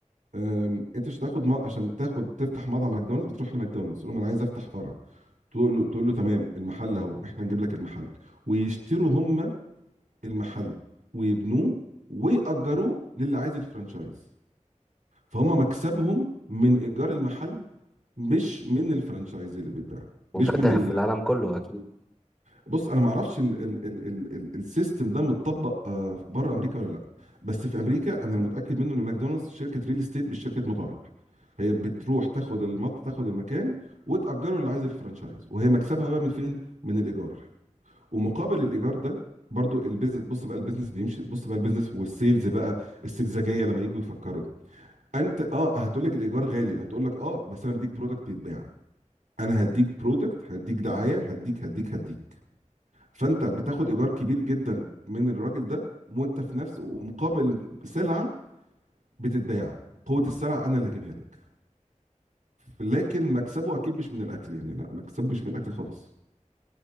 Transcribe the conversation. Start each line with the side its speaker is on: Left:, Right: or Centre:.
Right: أم، انت مش هتاخد م- عشان تاخد تفتح مطعم ماكدونالدز بتروح لماكدونالدز تقول له انا عايز افتح فرع تقول له تقول له تمام المحل اهو احنا نجيب لك المحل ويشتروا هم المحل ويبنوه ويأجروه للي عايز الفرانشايز فهم مكسبهم من ايجار المحل مش من الفرانشايز اللي بيتباع مش
Centre: وفاتح
Right: من ال...
Centre: في العالم كله أكيد
Right: بص انا ما اعرفش ال- ال- ال- ال- ال- السيستم ده متطبق آه، بره امريكا ولا لا بس في امريكا انا المتاكد منه ان ماكدونالدز شركه ريل استيت مش شركه مطاعم هي بتروح تاخد المط تاخد المكان وتأجره اللي عايز الفرانشايز وهي مكسبها بقى من فين؟ من الإيجار ومقابل الإيجار ده برضو البيزنس بص بقى البيزنس بيمشي بص بقى البيزنس والسيلز بقى السلزجية لما يجوا يفكروا انت اه هتقول لك الإيجار غالي هتقول لك اه بس انا بديك برودكت بيتباع انا هديك برودكت هديك دعاية هديك هديك هديك فانت بتاخد ايجار كبير جدا من الراجل ده وانت في نفس ومقابل سلعه بتتباع قوه السلعه انا اللي هجيبها لك لكن مكسبه اكيد مش من الاكل يعني لا مكسبه مش من الاكل خالص